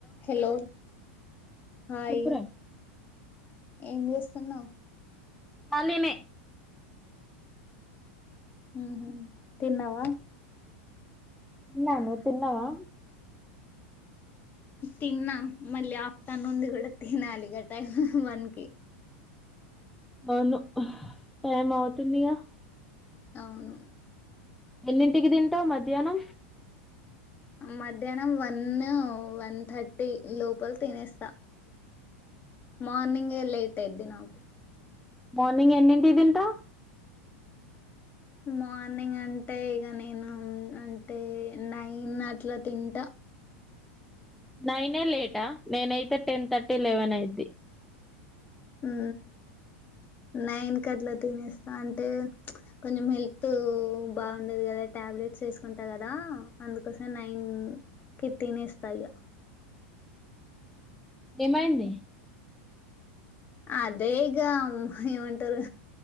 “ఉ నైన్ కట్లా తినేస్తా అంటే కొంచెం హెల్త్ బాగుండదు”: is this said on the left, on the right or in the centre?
Left